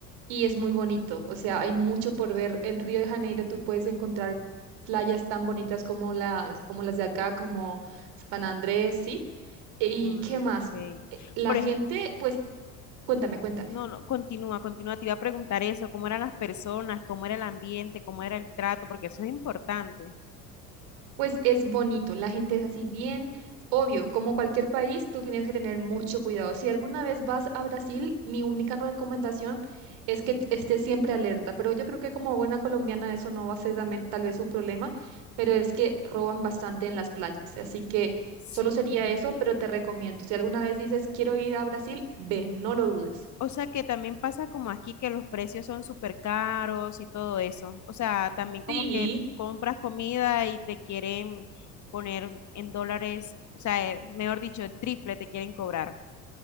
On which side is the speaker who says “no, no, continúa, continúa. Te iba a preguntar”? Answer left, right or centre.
Left